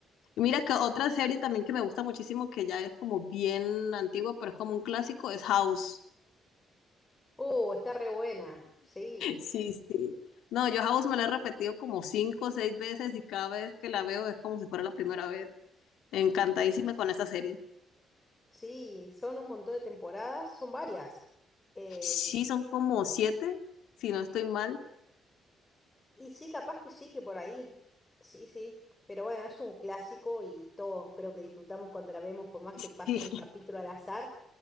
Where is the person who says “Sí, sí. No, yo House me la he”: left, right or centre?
Left